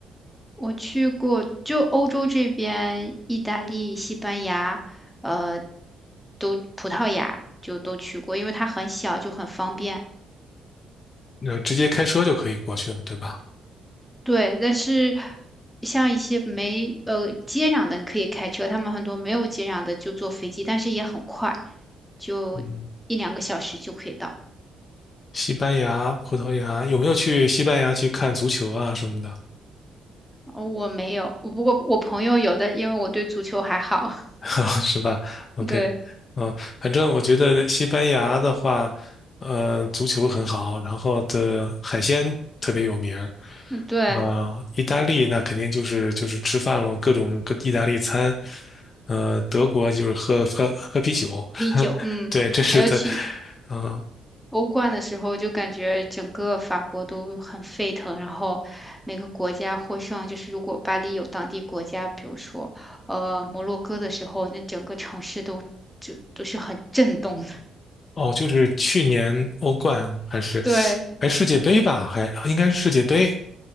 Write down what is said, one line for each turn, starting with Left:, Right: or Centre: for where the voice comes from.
Centre: 我去过，就欧洲这边，意大利、西班牙，呃，都葡萄牙就都去过，因为它很小，就很方便。
Left: 那、直接开车就可以过去了，对吧？
Centre: 对，但是像一些没呃接壤的，你可以开车；他们很多没有接壤的就坐飞机，但是也很快，就一两个小时就可以到。
Left: 嗯，西班牙、葡萄牙，有没有去西班牙去看足球啊什么的？
Centre: 哦我没有，我不过我朋友有的，因为我对足球还好。<laughs>
Left: <laughs> 是吧？OK，
Centre: 对，
Left: 嗯、反正我觉得西班牙的话，呃，足球很好，然后的海鲜特别有名儿。
Centre: 嗯，对，
Left: 呃，意大利那肯定就是就是吃饭咯，各种各意大利餐。呃，德国就是喝喝喝啤酒，
Centre: 啤酒，
Left: <laughs>
Centre: 嗯，
Left: 对，这是的。
Centre: 还有其
Left: 嗯、
Centre: 欧冠的时候就感觉整个法国都很沸腾，然后每个国家获胜。就是如果巴黎有当地国家，比如说呃摩洛哥的时候，那整个城市都就都是很震动的。
Left: 哦，就是去年欧冠还是
Centre: <laughs> 对，
Left: 还世界杯吧，还应该是世界杯，